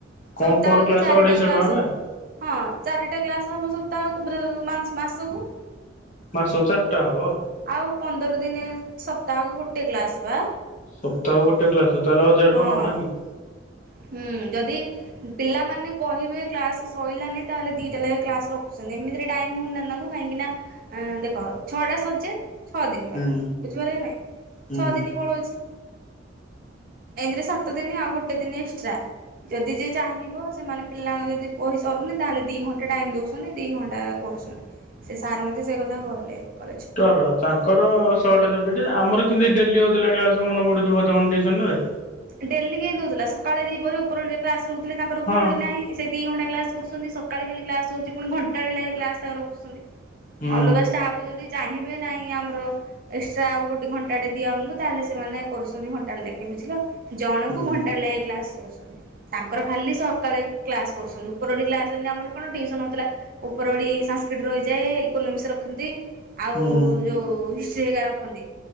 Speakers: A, on the left (about 40°); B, on the right (about 50°).
A: କଣ
B: ସପ୍ତାହକୁ
A: ପର କ୍ଲାସ
B: ଚାରିଟା
A: ଅଢେଇଶହ
B: କ୍ଲାସ।
A: ଟଙ୍କା ବା
B: ହଁ ଚାରିଟା କ୍ଲାସ ହବ। ସପ୍ତାହକୁ ମାସକୁ।
A: ମାସକୁ ଚାରିଟା ହବ।
B: ଆଉ ପନ୍ଦର ଦିନ ସପ୍ତାହକୁ ଗୋଟେ କ୍ଲାସ ବା।
A: ସପ୍ତାହ ଗୋଟେ କ୍ଲାସ ତାହଲେ ହଜାର
B: ହଁ
A: ଟଙ୍କା ହଉନାଁ କି?
B: ହୁଁ ଯଦି ପିଲାମାନେ କହିବେ କ୍ଲାସ ସରିଲାନି ତାହେଲେ ଦିଟା ଲେଖା କ୍ଲାସ ରଖୁଛନ୍ତି। ଏମିତି ଟାଇମ୍ ହଉନିନା ତାଙ୍କୁ କାହିଁକି ନା ଦେଖ ଛଟା ସ ଛଅ ଦିନ ଗଲା।
A: ହୁଁ
B: ବୁଝିପାରିଲେ ନାଇଁ
A: ହୁଁ
B: ଛଅ ଦିନ ପଳଉଛି। ଏଇତିରେ ସାତ ଦିନି ଆଉ ଗୁଟେ ଦିନେ ଏଷ୍ଟ୍ରା। ଯଦି ଯିଏ ଚାହିଁବ ସେମାନେ ପିଲାଙ୍କ ଯଦି ବହିସାରୁନି ତାହେଲେ ଦିଇ ଘଣ୍ଟା ଟାଇମ ଦଉଛନ୍ତି ଦି ଘଣ୍ଟା କରୁଛନ୍ତି। ସେ ସାର୍ ମତେ ସେ କଥା କହିଲେ କ
A: ର ତାଙ୍କର ଶଅଟା ସବଜେକ୍ଟ ଆମର କେମତି ଡେଲି ହଉଥିଲା କ୍ଲାସ ମନେ ପଡୁଛି। ଭଜବନ ଟିଉସନ ରେ?
B: ଡେଲି କେହି ଦଉଥିଲା ସକାଳେ ଦିପହରେ ଉପରବୋଳି କ୍ଲାସ ରହୁଥିଲେ ତାଙ୍କର
A: ହଁ
B: ଉପରଳି ନାହିଁ। ସେ ଦି ଘଣ୍ଟା କ୍ଲାସ୍ କରୁଛନ୍ତି ସକାଳେ ଖାଲି କ୍ଲାସ୍ ହେଉଛି ପୁଣି ଘଣ୍ଟାଟା କ୍ଲାସ୍ ରଖୁଛନ୍ତି।
A: ହୁଁ
B: ଅଲଗା ଷ୍ଟାଫ ଯଦି ଚାହିଁବେ ନାହିଁ ଆମର ଏକ୍ସଟ୍ରା ଆଉ ଗୋଟେ ଘଣ୍ଟାଟେ ଦିଆ ଆମକୁ ତାହେଲେ ସେମାନେ କରୁଛନ୍ତି ଘଣ୍ଟା ଲେଖେ ବୁଝିଲ। ଜଣଙ୍କୁ
A: ହୁଁ
B: ଘଣ୍ଟାଟେ ଲେଖା କ୍ଲାସ କରୁଛନ୍ତି। ତାଙ୍କର ଖାଲି ସକାଳେ କ୍ଲାସ କରୁଛନ୍ତି ଉପର ଓଳି କ୍ଲାସ ଆମର କଣ ଟୁସନ ହଉଥିଲା। ଉପର ଓଳି ସାଂସ୍କିଟି ରହିଯାଏ। ଇୋନୋମିସ ରଖନ୍ତି ଆଉ
A: ହୁଁ
B: ଯୋଉ ହିଷ୍ଟି ହେଇଗା ରଖନ୍ତି।